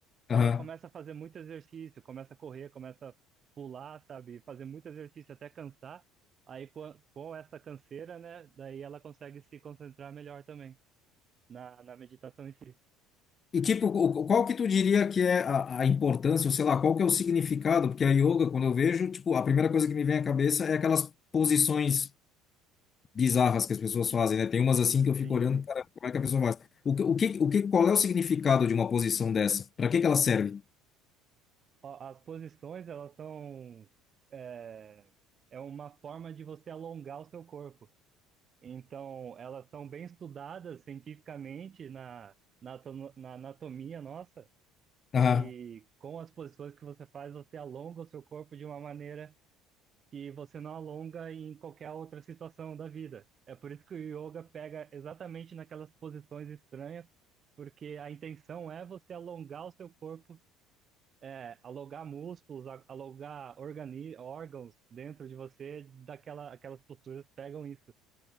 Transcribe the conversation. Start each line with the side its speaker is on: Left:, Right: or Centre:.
Left: aham.
Right: se ela começa a fazer muito exercício, começa a correr, começa a pular, sabe? Fazer muito exercício até cansar. Aí com, a- com essa canseira, né? Daí ela consegue se concentrar melhor também na, na meditação em si.
Left: E tipo, o- qual que tu diria que é a, a importância, ou sei lá, qual que é o significado? Porque a yoga, quando eu vejo, tipo, a primeira coisa que me vem à cabeça é aquelas posições. bizarras que as pessoas fazem, né? Tem umas assim que
Right: Sim,
Left: eu fico olhando,
Right: sim.
Left: cara, como é que a pessoa faz? O que, o que, o que, qual é o significado de uma posição dessa? Para que que ela serve?
Right: Ó, As posições, elas são. É, é uma forma de você alongar o seu corpo. Então, elas são bem estudadas cientificamente na, na, atono- na anatomia nossa.
Left: Aham.
Right: E com as posições que você faz, você alonga o seu corpo de uma maneira que você não alonga em qualquer outra situação da vida. É por isso que o yoga pega exatamente naquelas posições estranhas, porque a intenção é você alongar o seu corpo, é, alongar músculos, a- alongar organi órgãos dentro de você, daquela, aquelas posturas pegam isso.